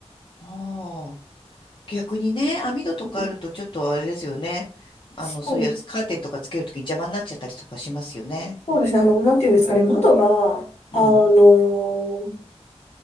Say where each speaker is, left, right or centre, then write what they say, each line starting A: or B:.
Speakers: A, on the left; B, on the left.
A: ああ。逆にね、網戸とかあるとちょっとあれですよね。
B: うん
A: あの、
B: そう、
A: そういうカーテンとかつけるときに邪魔になっちゃったりとかしますよね。
B: そうですね。あの、なんていうんですかね。窓が、あの
A: うん。